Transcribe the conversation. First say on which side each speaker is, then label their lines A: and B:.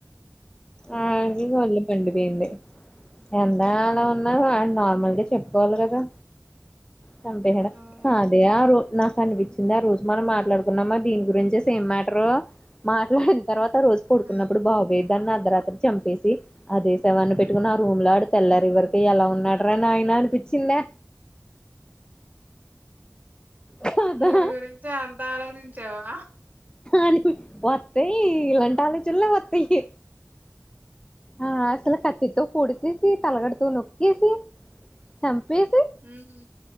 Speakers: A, on the left; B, on the right.
A: ఆ కొల్ం పం పేంది ఎంత అలా ఉన్నారు నార్మల్గా చెప్పుకోవాలి కదా చంపేహేడా
B: అవును.
A: కా అదే ఆరు నాకు అనిపించింది ఆ రోజు మనం మాట్లాడుకున్నామా దీని గురించే సేమ్ మ్యాటర్ మాట్లా తర్వాత రోజు పడుకున్నప్పుడు
B: హ్మ్.
A: బావేదు క అర్ధరాత్రి చంపేసి అదే శవాన్ని పెట్టుకుని ఆ రూమ్ లో ఆడి తెల్లారు ఎవరిక ఎలా ఉన్నాడ అని ఆయన అనిపించిందా కదా
B: దీని గురించి అంతా ఆలోచించావా
A: అని వత్తాయి ఇలాంటి ఆలోచనలే వత్తాయి ఆ సలు కతితు పొడిచేసి తలగడుత నొక్కేసి చం పేసి
B: హ్మ్.